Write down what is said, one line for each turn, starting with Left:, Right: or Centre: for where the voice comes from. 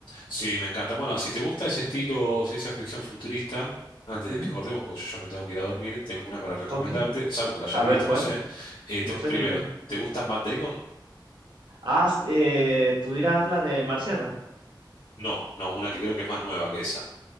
Left: Sí, me encanta. Bueno, si te gusta ese estilo ciencia ficción futurista, antes
Right: Ujú.
Left: de que cortemos, porque yo ya me tengo que ir a dormir, tengo una para recomendarte,
Right: Ok.
Left: salvo que la hayas
Right: A
Left: visto,
Right: ver, ¿cuál?
Left: no sé. Eh,
Right: No
Left: te- primero,
Right: sé, dime.
Left: ¿te gusta Matt Damon?
Right: Ah, s- eh, tú dirás la del marciano.
Left: No, no, una que creo que es más nueva que esa.